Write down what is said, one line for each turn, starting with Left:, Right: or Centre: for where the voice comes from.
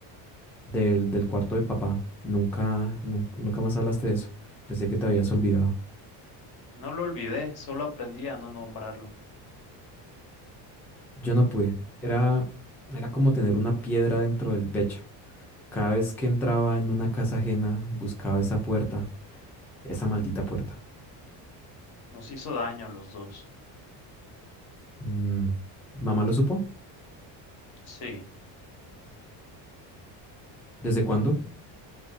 Centre: del, del cuarto de papá. Nunca, nun- nunca más hablaste de eso. Pensé que te habías olvidado.
Left: No lo olvidé, solo aprendí a no nombrarlo.
Centre: Yo no pude. Era, era como tener una piedra dentro del pecho. Cada vez que entraba en una casa ajena, buscaba esa puerta, esa maldita puerta.
Left: Nos hizo daño a los dos.
Centre: Mm, ¿Mamá lo supo?
Left: Sí.
Centre: ¿Desde cuándo?